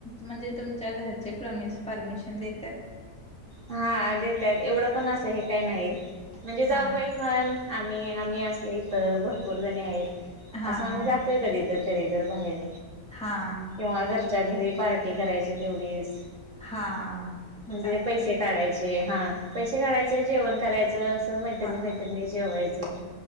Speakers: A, in the centre; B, on the right.
A: म्हणजे तुमच्या घरचे प्रमेस परमिशन देतात.
B: हा देतात एवढं पण असं हे काय नाही म्हणजे जाऊ
A: हा
B: बाई म्हण. आम्ही आम्ही, अस इथं भरपूर जणी आहे.
A: हा
B: असं आम्ही
A: हा
B: जात तोय कधी तर, कधी तर बाहेर.
A: हा हा
B: किंवा घरच्या घरी पार्ट टी करायची तेवढीच,
A: हा मग
B: म्हणजे
A: चाल
B: पैसे काढायचे हा, पैसे काढायचे जेवण करायचं, असं मैत्रिणी
A: हा
B: मैत्रिणी
A: हा
B: जेवायचं